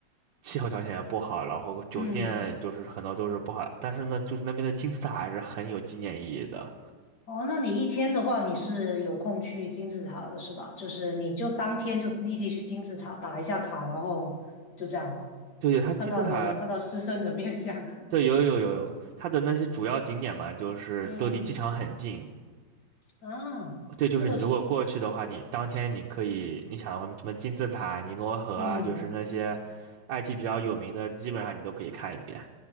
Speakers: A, on the right (about 75°); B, on the left (about 65°).
A: 气候条件也不好，然后酒店就是很多都是不好，
B: 嗯，
A: 但是呢，就是那边的金字塔还是很有纪念意义的。
B: 哦，那你一天的话，你是有空去金字塔的是吧？就是你就当天就立即去金字塔打一下卡，然后就这样了。
A: 对对，它金字塔，
B: 看到有没有看到狮身人面像？
A: 对，有有有有，它的那些主要景点嘛，就是都离机场很近。
B: <laughs> 嗯啊，
A: 对，就是你如果过去的话，
B: 这个是
A: 你当天你可以，你想什么金字塔、尼罗河啊，
B: 嗯。
A: 就是那些埃及比较有名的，基本上你都可以看一遍。